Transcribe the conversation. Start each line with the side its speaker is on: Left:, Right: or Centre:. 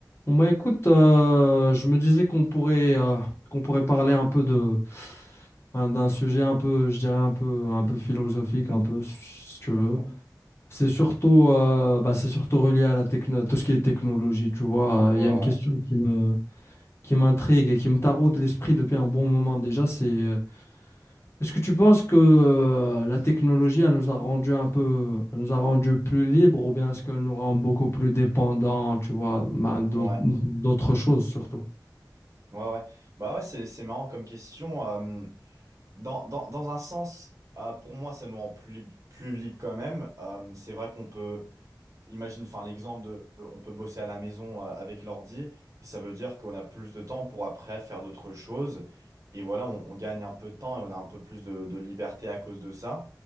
Left: Bon bah écoute, euh, je me disais qu'on pourrait euh, qu'on pourrait parler un peu de enfin, d'un sujet un peu, je dirais un peu un peu philosophique, un peu si tu veux.
Right: Mhm.
Left: C'est surtout euh, bah, c'est surtout relié à la techno, tout ce qui est technologie, tu vois.
Right: Ouais,
Left: Il y a une
Right: ouais,
Left: question qui me qui m'intrigue et qui me taraude l'esprit depuis un bon moment déjà. C'est euh, est-ce que tu penses que euh, la technologie elle nous a rendu un peu, elle nous a rendu plus libres ou bien est-ce qu'elle nous rend beaucoup plus dépendants, tu vois, bah, d'aut-
Right: ouais,
Left: d'autres choses surtout?
Right: ouais, ouais. Bah ouais, c'est, c'est marrant comme question. euh, dans, dans, dans un sens, euh, pour moi, ça nous rend plus libre, plus libre quand même. Euh, c'est vrai qu'on peut, imagine, enfin, l'exemple de, on peut bosser à la maison euh, avec l'ordi, et ça veut dire qu'on a plus de temps pour après faire d'autres choses. Et voilà, on, on gagne un peu de temps et on a un peu plus de, de liberté à cause de ça.